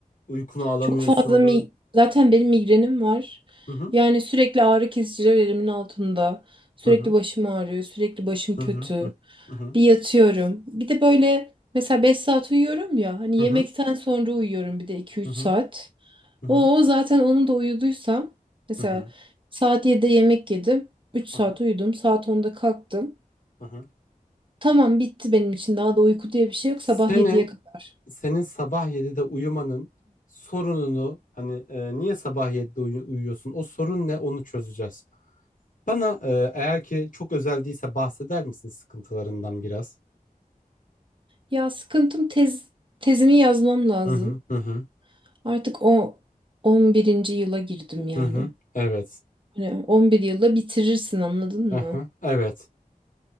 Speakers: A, on the left (about 65°); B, on the right (about 35°).
A: Uykunu alamıyorsundur.
B: Çok fazla mi zaten benim migrenim var.
A: Hı hı
B: Yani sürekli ağrı kesiciler elimin altında. Sürekli
A: hı hı
B: başım ağrıyor, sürekli başım
A: hı
B: kötü.
A: hı hı hı
B: Bir yatıyorum. Bir de böyle mesela 5 saat uyuyorum ya. Hani
A: hı
B: yemekten sonra uyuyorum bir de iki üç
A: hı
B: saat.
A: hı. hı.
B: O zaten onu da uyuduysam mesela
A: Hı hı,
B: saat 7'de yemek yedim. üç saat
A: hı hı,
B: uyudum. Saat onda kalktım.
A: hı hı.
B: Tamam bitti benim için. Daha da uyku diye bir şey yok.
A: Senin
B: Sabah yediye kadar.
A: senin sabah 7'de uyumanın sorununu hani e, niye sabah 7'de uyu- uyuyorsun? O sorun ne? Onu çözeceğiz. Bana e, eğer ki çok özel değilse bahseder misin sıkıntılarından biraz?
B: Ya sıkıntım tez tezimi yazmam lazım.
A: Hı hı hı hı
B: Artık o on birinci yıla girdim yani.
A: hı hı. Evet.
B: Hani 11 yılda bitirirsin anladın
A: Hı
B: mı?
A: hı. Evet.